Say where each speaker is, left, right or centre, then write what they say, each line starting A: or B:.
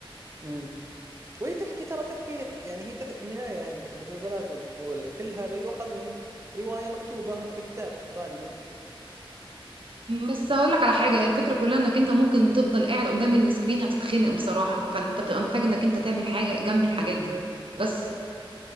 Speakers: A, on the right; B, on the right.
A: امم وهي تحكي ترى تحكي لح- يعني هي تح... في النهاية المسلسلات وال... وال... كل هذا يؤخذ من رواية مكتوبة في كتاب غالبا
B: بس هقول لك على حاجه هي الفكره كلها انك انت ممكن تفضل قاعد قدام السكرين هتتخنق بصراحه فانت بتبقى محتاج
A: صح
B: انك انت تعمل حاجه جنب الحاجات دي
A: صح
B: بس